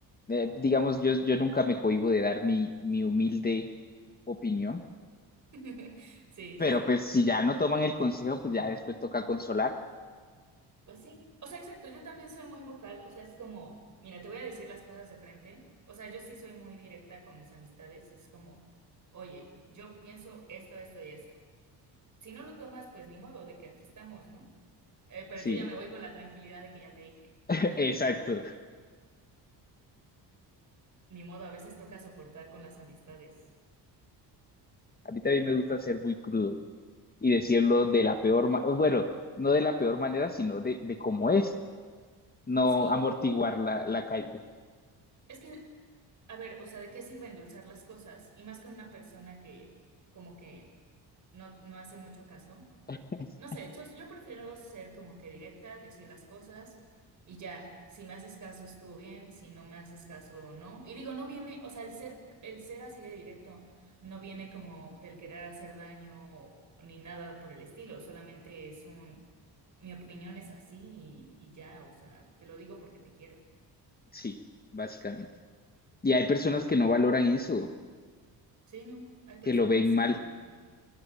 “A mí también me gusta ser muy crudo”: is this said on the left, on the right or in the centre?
Left